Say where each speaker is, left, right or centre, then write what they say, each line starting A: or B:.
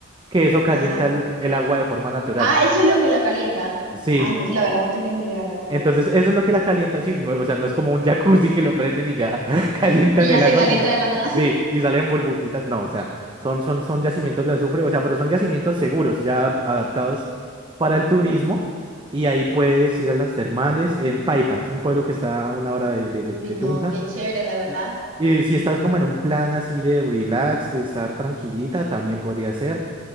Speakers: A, on the right; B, on the right.
A: Que eso calienta
B: ajá.
A: el, el agua de forma natural.
B: Ah, eso es lo que lo calienta.
A: Sí.
B: Ah, no, la verdad no tenía ni idea, la verdad.
A: Entonces, eso es lo que la calienta, sí. no- o sea, no es como un jacuzzi que lo prenden y ya <laughs> calientan
B: Y ya
A: el
B: se
A: agua,
B: calienta
A: sino.
B: de la nada.
A: Sí,
B: <laughs>
A: y salen burbujitas. No, o sea, son, son, son yacimientos de azufre, o sea, pero son yacimientos seguros, ya adap- adaptados para el turismo. Y ahí puedes ir a las termales en Paipa, es un pueblo que está a una hora de, de
B: Uy,
A: de- de
B: no,
A: Tunja.
B: qué chévere, la verdad.
A: Y, y si estás como en un plan así de relax, de estar tranquilita, también podría ser.